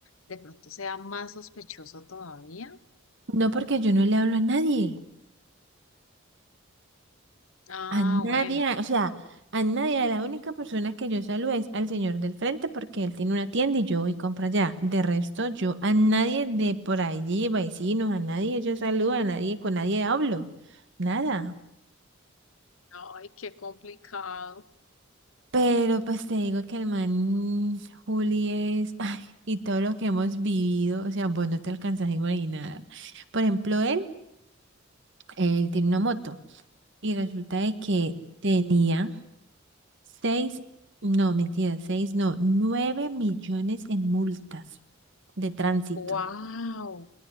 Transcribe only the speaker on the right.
No porque yo no le hablo a nadie.
A nadie,
o sea, a nadie, a la única persona que yo saludo es al señor del frente porque él tiene una tienda y yo voy y compro allá. De resto, yo a nadie de por allí, vecinos, a nadie yo saludo, a nadie, con nadie hablo, nada.
Pero pues te digo que el man Juli es, <laughs> ay, y todo lo que hemos vivido, o sea, vos no te alcanzas a imaginar. Por ejemplo, él, él tiene una moto y resulta de que tenía Seis, no, mentira, seis, no, nueve millones en multas de tránsito.